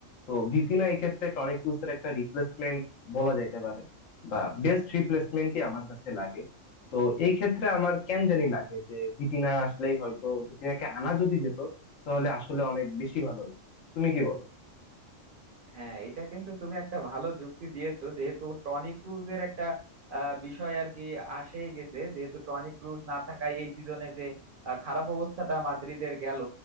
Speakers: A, on the left; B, on the right.
A: তো ভিতিনা এই ক্ষেত্রে টনি ক্রুজের একটা রিপ্লেসমেন্ট বলা যাইতে পারে বা বেস্ট রিপ্লেসমেন্টই আমার কাছে লাগে তো এই ক্ষেত্রে আমার কেন জানি লাগে যে ভিতিনা আসলেই হয়তো ভিতিনাকে আনা যদি যেত তাহলে আসলে অনেক বেশি ভালো হতো তুমি কি বলো
B: হ্যাঁ এটা কিন্তু তুমি একটা ভালো যুক্তি দিয়েছো যেহেতু টনি ক্রুজের একটা আহ, বিষয় আর কি আসেই গেছে যেহেতু টনি ক্রুজ না থাকায় এই সিজনে যে আহ, খারাপ অবস্থাটা মাদ্রিদের গেল